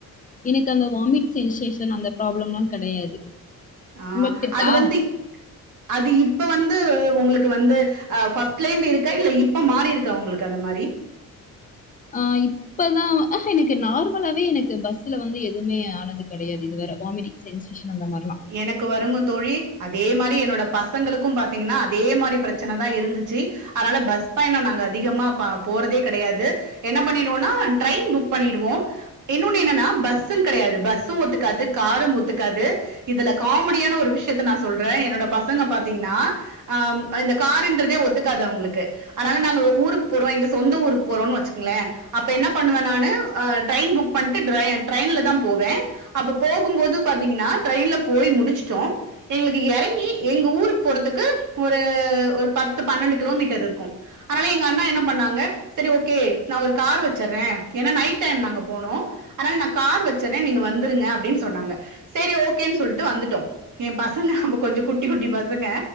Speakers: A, on the left (about 25°); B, on the right (about 65°).
A: எனக்கு அந்த வாமிட் சென்சேஷன் அந்த ப்ராப்ளம்லா கெடையாது
B: ஆ
A: உங்களுக்கு இருக்கா
B: அது வந்து அது இப்ப வந்து உங்களுக்கு வந்து ஆ ஃபஸ்ட்லேந்து இருக்கா இல்ல இப்ப மாறி இருக்கா உங்களுக்கு அந்த மாரி
A: ஆ இப்ப தா ஆஹ்ஹா எனக்கு நார்மலாவே எனக்கு பஸ்ல வந்து எதுவுமே ஆனது கெடையாது இதுவர வாமிட்டிங் சென்சேஷன் அந்த மாரிலா
B: எனக்கு வருங்க தோழி அ தே மாரி என்னோட பசங்களுக்கு பாத்தீங்கன்னா அதே மாரி பிரச்சன தா இருந்துச்சு அதனால பஸ் பயணோ நாங்க அதிகமா ப போறதே கெடையாது என்ன பண்ணிடுவோனா ட்ரெயின் புக் பண்ணிடுவோ இன்னொன்னு என்னன்னா பஸ்ஸுனு கெடையாது பஸ்ஸூ ஒத்துக்காது காரு ஒத்துக்காது இதுல காமெடியான ஒரு விஷயத்த நா சொல்றே என்னோட பசங்க பாத்தீங்கன்னா ஆம் இந்த காருன்றதே ஒத்துக்காது அவுங்களுக்கு அதனால நாங்க ஊருக்கு போறோ எங்க சொந்த ஊருக்கு போறோன்னு வச்சுக்கோங்களே அப்ப என்ன பண்ணுவே நானு ஆ ட்ரெயின் புக் பண்ணிட்டு ட்ர ட்ரெயின்ல தா போவே அப்ப போகும்போது பாத்தீங்கன்னா ட்ரெய்ன்ல போய் முடிச்ட்டோ எங்களுக்கு எறங்கி எங்க ஊருக்கு போறதுக்கு ஒரு ஒரு பத்து பன்னெண்டு கிலோமீட்டர் இருக்கு அதனால எங்க அண்ணா என்ன பண்ணாங்க செரி ஓகே நா ஒரு கார் வச்சுறே ஏன்னா நைட் டைம் நாங்க போனோ அதனால நா கார் வச்சுறே நீங்க வந்துருங்க அப்டினு சொன்னாங்க செரி ஓ கேன் சொல்ட்டு வந்துட்டோ எ பசங்க அப்போ கொஞ்சோ குட்டி குட்டி பசங்க